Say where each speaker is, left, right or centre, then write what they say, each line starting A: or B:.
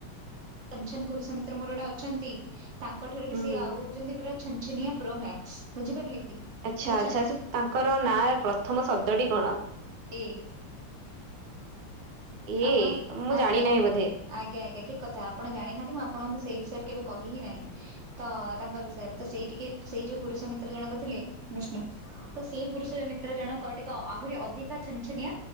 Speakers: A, on the right; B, on the right.
A: ଛନ ଛନ ପୁରୁଷ ମିତ୍ର ମୋର ଗୋଟେ ଅଛନ୍ତି ତାଙ୍କ ଠାରୁ
B: ହୁଁ
A: ବି ସିଏ
B: ହୁଁ
A: ଆଉ ହଉଛନ୍ତି ପୁରା ଛନ ଛନିଆ ପ୍ରୋ ମ୍ୟାକ୍ସ ବୁଝିପାରିଲେ କି।
B: ଆଚ୍ଛା
A: ଖାଲି ଛନ
B: ଆଚ୍ଛା ସେ ତାଙ୍କର ନାଁ ପ୍ରଥମ ଶବ୍ଦଟି କଣ?
A: ଏ।
B: ଏ
A: ଆପଣ
B: ମୁଁ
A: ଆଜ୍ଞା।
B: ଜାଣି ନାହିଁ ବୋଧେ।
A: ଆଜ୍ଞା ଆଜ୍ଞା ଠିକ କଥା ଆପଣ ଜାଣିନାହାନ୍ତି ମୁଁ ଆପଣଙ୍କୁ ସେଇ ବିଷୟରେ କେବେ କହିି ନାହିଁ। ତ ତାଙ୍କ ବିଷୟରେ ତ ସେଇ ଟିକେ ସେଇ ଯୋଉ ପୁରୁଷ ମିତ୍ର ଜଣକ ଥିଲେ ବିଷ୍ଣୁ। ତ ସେଇ ପୁରୁଷ ମିତ୍ର ଜଣକ ଟିକେ ଆହୁରି ଅଧିକା ଛନ ଛନିଆ